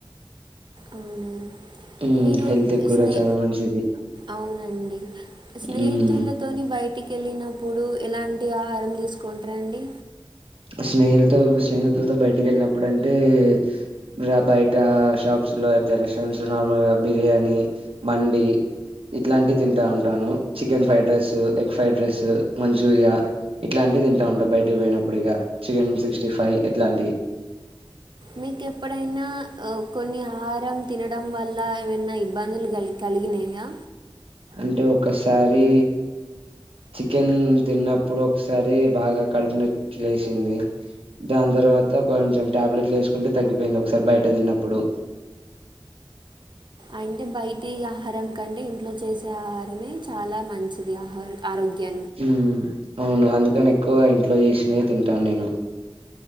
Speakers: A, on the right (about 55°); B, on the right (about 85°).
A: అవునండి
B: మ్మ్
A: మీరు
B: హెల్త్ కి కూడా
A: స్నే
B: చాలా మంచిది
A: అవునండి స్నేహితులు
B: మ్మ్
A: తోని బయటికి వెళ్ళినప్పుడు ఎలాంటి ఆహారం తీసుకుంటారు అండి
B: స్నెల్ తో స్నేహితులతో బయటకి వెళ్ళినప్పుడు అంటే ఇలా బయట షాప్స్ లో అట్ల రెస్టారెంట్స్ లో నార్మల్ గా బిర్యానీ మండి ఇట్ల లాంటివి తింటా ఉంటాను chicken fried rice egg fried rice Manchuria ఇట్ల లాంటివి తింటా ఉంటా బయటకి పోయినప్పుడు ఇక చికెన్ సిక్స్టీ ఫైవ్ ఇట్ల లాంటివి
A: మీకు ఎప్పుడు అయినా కొన్ని ఆహారం తినడం వల్ల ఏం అన్నా ఇబ్బందులు కలిగి కలిగి నయా
B: అంటే ఒక్కసారి చికెన్ తిన్నప్పుడు ఒక్కసారి బాగా కడుపు నాచ్ లే సింది దాని తర్వాత కొంచెం ట్యాబ్లెట్లు వేసుకుంటే తగ్గిపోయింది ఒక్కసారి బయట తిన్నప్పుడు
A: అయింటే బయటి ఆహారం కంటే ఇంట్లో చేసే ఆహారమే చాలా మంచిది ఆహా ఆరోగ్యా
B: ఉహ్ అవును అందుకని ఎక్కువ ఇంట్లో చేసినవే తింటాను నేను